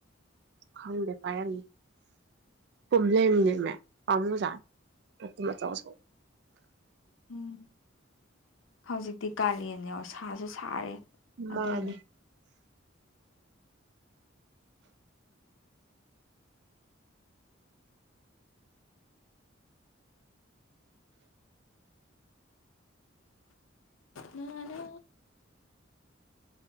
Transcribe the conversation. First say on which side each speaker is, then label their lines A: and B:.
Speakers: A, on the right; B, on the left.
A: ꯈꯪꯗꯦ ꯄꯥꯏꯔꯝꯃꯤ ꯄꯨꯝ ꯂꯩꯔꯝꯃꯤꯅꯦꯃꯤ ꯄꯥꯝꯃꯨꯖꯥꯅꯤ ꯃꯇꯨꯝ ꯑꯆꯧ ꯑꯆꯧꯕ
B: ꯎꯝ ꯍꯧꯖꯤꯛꯇꯤ ꯀꯥꯂꯦꯟꯅꯦ ꯁꯥꯁꯨ ꯁꯥꯔꯦ ꯑꯗꯨꯏꯅꯦ
A: ꯃꯥꯅꯦ
B: ꯉꯅ